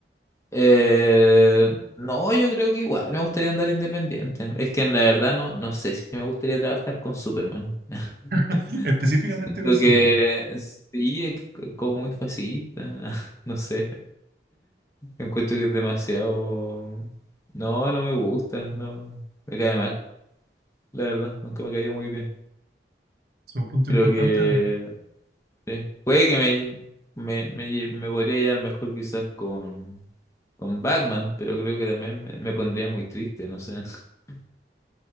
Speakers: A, on the left; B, on the right.
A: eh, no, yo creo que igual me gustaría andar independiente. Es que en la verdad no, no sé si me gustaría trabajar con Superman. <laughs>
B: <laughs> Específicamente
A: Siento
B: con Superman.
A: que sí, es c- es como muy fascista, <laughs> no sé. Encuentro que es demasiado... No, no me gusta, no, me cae mal, la verdad, nunca me cayó muy bien.
B: Es un punto
A: Creo
B: importante
A: que
B: al,
A: Sí. Puede que me, me, me lle- me podría llevar mejor quizás con, con Batman, pero creo que también me, me pondría muy triste, no sé. <laughs>